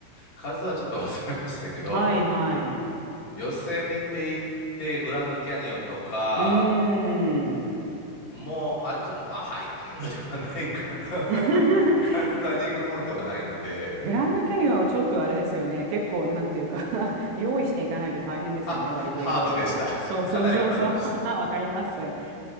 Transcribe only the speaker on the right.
はいはい。
うーん。
<laughs>
グランドキャニオンはちょっとあれですよね。結構なんていうか <laughs> 用意していかないと大変ですよね。
割といろいろ。
そうそうそうそう。
<laughs> わかります。